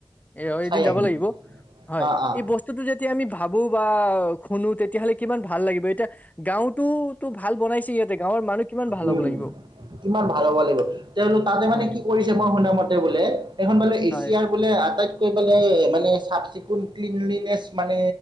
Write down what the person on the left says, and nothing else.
এ, অ',
এদিন যাব
লাগিব, হয়,
এই বস্তুটো যেতিয়া আমি ভাবো বা শুনো, তেতিয়াহ'লে কিমান ভাল লাগিব। এতিয়া গাঁওতোটো ভাল বনাইছে ইহঁতে। গাঁৱৰ মানুহ কিমান ভাল
হ'ব লাগিব
হয়
হয়